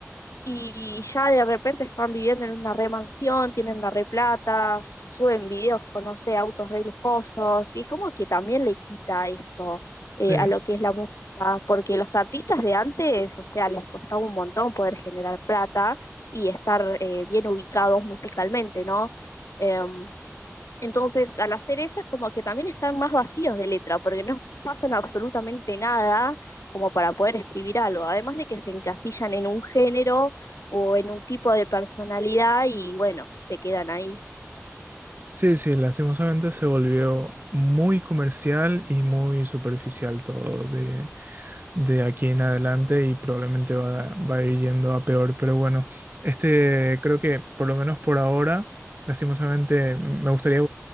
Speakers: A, on the left (about 80°); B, on the right (about 40°).
A: y ya de repente están viviendo en una re mansión, tienen la re plata, s- suben videos con, no sé, autos re lujosos, y es como que también le quita eso eh,
B: Sí.
A: a lo que es la música, porque los artistas de antes, o sea, les costaba un montón poder generar plata y estar eh, bien ubicados musicalmente, ¿no? Em, entonces, al hacer eso es como que también están más vacíos de letra, porque no pasan absolutamente nada como para poder escribir algo. Además de que se encasillan en un género o en un tipo de personalidad y bueno, se quedan ahí.
B: Sí, sí, lastimosamente se volvió muy comercial y muy superficial todo de aquí en adelante y probablemente va, va a ir yendo a peor. Pero bueno, este creo que por lo menos por ahora, lastimosamente, me gustaría